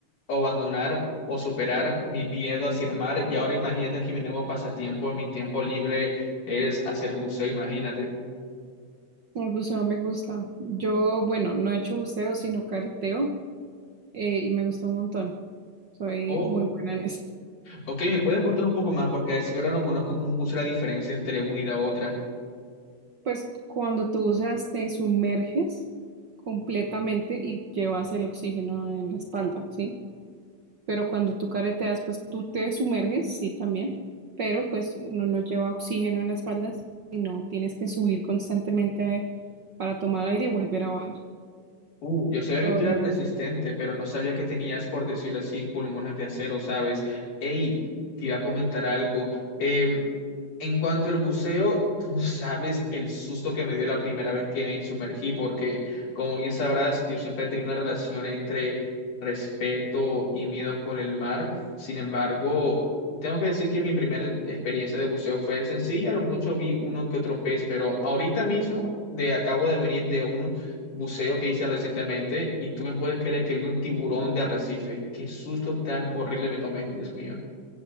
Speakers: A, on the left; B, on the right.
A: abandonar o superar mi miedo hacia el mar y ahora imagínate que mi nuevo pasatiempo en mi tiempo libre es hacer buceo, imagínate.
B: El buceo me gusta. Yo, bueno, no he hecho buceo, sino careteo, eh, y me gustó un montón. Soy
A: Oh.
B: muy buena en eso.
A: Ok, ¿me puedes contar un poco más? Porque si ahora no conozco mucho la diferencia entre una y la otra.
B: Pues cuando tú buceas, te sumerges completamente y llevas el oxígeno en la espalda, ¿sí? pero cuando tú careteas, pues tú te sumerges, sí, también, pero pues uno no lleva oxígeno en la espalda, sino tienes que subir constantemente eh, para tomar aire y volver a bajar.
A: Uh, yo sabía
B: Pero
A: que tú eras
B: Ujú.
A: resistente, pero no sabía que tenías, por decirlo así, pulmones de acero, ¿sabes? Ey, te iba a comentar algo. Em, En cuanto al buceo, tú no sabes el susto que me dio la primera vez que me sumergí, porque como bien sabrás, yo siempre he tenido una relación entre respeto y miedo con el mar. Sin embargo, tengo que decir que mi primera experiencia de buceo fue sencilla, a lo mucho vi uno que otro pez, pero ahorita mismo de, acabo de venir de un buceo que hice recientemente y tú me puedes creer que vi un tiburón de arrecife. Qué susto tan horrible me tomé, Dios mío.